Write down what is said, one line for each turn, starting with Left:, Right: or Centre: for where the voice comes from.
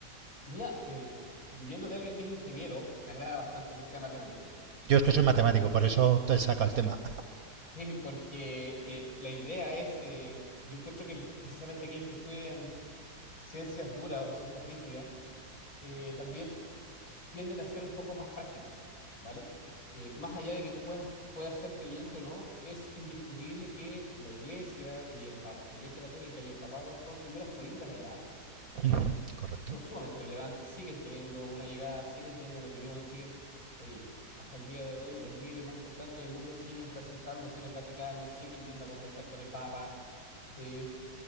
Left: mira, eh, viniendo de alguien que es ingeniero, me agrada bastante que sea matemático,
Right: Yo es que soy matemático,
Left: porque,
Right: por eso
Left: <laughs>
Right: te saca el tema.
Left: sí, porque eh, la idea es, eh, yo encuentro que el- precisamente aquellos que estudian ciencias duras o ciencias rígidas, eh, también tienden a ser un poco más prácticos, ¿vale? Eh, más allá de que tú puedas, puedas ser creyente o no, es indiscutible que la Iglesia y el Papa- la Iglesia Católica y el Papado son figuras políticas relevantes,
Right: <laughs> Correcto.
Left: son sumamente relevantes, siguen teniendo una llegada, siguen teniendo una opinión, siguen, oye, hasta el día de hoy los líderes más importantes del mundo siguen presentándose en el Vaticano, siguen yendo a conversar con el Papa. Eh,